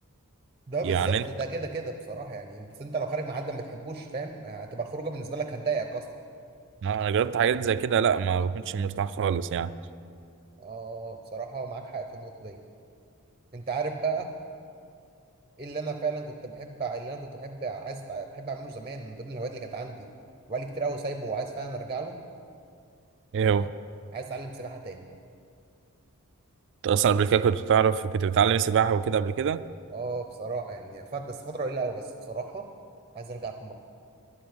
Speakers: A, on the right; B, on the right.
A: ده
B: يعني
A: بالظبط
B: انا
A: ده كده كده بصراحة يعني انت انت لو خارج مع حد ما بتحبوش فاهم هتبقى الخروجة بالنسبة لك هتضايقك اصلا
B: أنا جربت حاجات زي كده لا ما بكونش مرتاح خالص يعني
A: اه بصراحة معاك حق في النقطة دي انت عارف بقى ايه اللي انا فعلا كنت بحب إيه اللي انا كنت بحب عايز بحب اعمله زمان من ضمن الهوايات اللي كانت عندي وبقالي كتير قوي سايبه وعايز فعلا ارجع له
B: ايه هو
A: عايز اتعلم سباحة تاني
B: انت اصلا قبل كده كنت بتعرف كنت بتعلم سباحه وكده قبل كده
A: اه بصراحة يعني فات بس فترة قليلة أوي بس بصراحة عايز أرجع في مرة